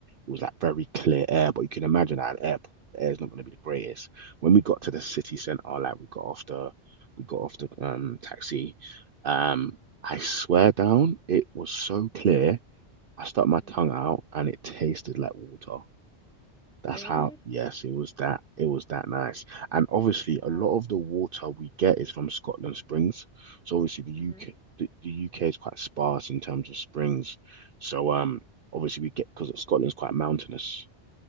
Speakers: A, on the right (about 55°); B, in the centre.
A: it was like very clear air, but you can imagine at an airport, the air's not going to be the greatest. When we got to the city centre, like we got off the we got off the um taxi, um, I swear down, it was so clear. I stuck my
B: Mm,
A: tongue out and it tasted like water.
B: really?
A: That's how, yes, it was that. It was that nice. And obviously,
B: Wow.
A: a lot of the water we get is from Scotland Springs. So obviously, the
B: hmm
A: UK, the, the UK is quite sparse in terms of springs. So um, obviously we get because Scotland's quite mountainous.